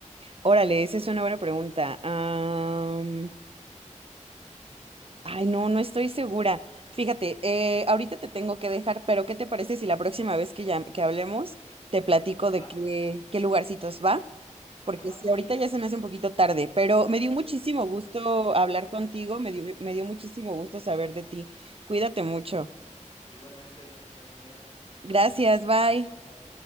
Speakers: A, on the right (about 45°); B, on the left (about 45°).
A: Órale, esa es una buena pregunta. Am, ay, no, no estoy segura. Fíjate, eh, ahorita te tengo que dejar, pero ¿qué te parece si la próxima vez que, ya, que hablemos te platico
B: Va,
A: de qué, qué lugarcitos va? Porque
B: va que va,
A: sí, ahorita
B: sí.
A: ya se me hace un poquito tarde, pero me dio muchísimo gusto hablar contigo, me dio, me dio muchísimo gusto saber de ti. Cuídate mucho.
B: Igualmente, Nick, te buen día.
A: Gracias, bye.
B: Bye.